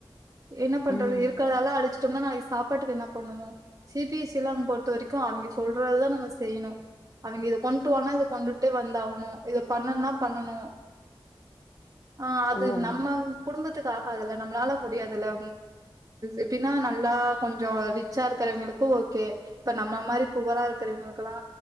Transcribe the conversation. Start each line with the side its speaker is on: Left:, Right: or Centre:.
Right: என்ன
Left: ம்
Right: பண்றது
Left: ம்
Right: இருக்கறதெல்லா அழிச்ச சுடம்னா நாளைக்கு சாப்பாட்டுக்கு என்னா பண்ணுவோ சி பி எஸ் இ லா அங் பொறுத்த வரைக்கு அவிங்க சொல்றதுதா நம்ம செய்ணு அவங்க இத கொண்டு வானா இத கொண்டுட்டே வந்தாவணு இத பண்ணுனா பண்ணணு ஆ அது
Left: ஓ
Right: நம்ம குடும்ப த்துக்கு ஆகாதுல நம்மளால முடியாதுல எப்டின்னா நல்லா கொஞ்ச ரிச்சா இருக்கிறவங்களு ஓகே இப்ப நம்ம மாரி புவரா இருக்கிறவங்களுக்கெல்லா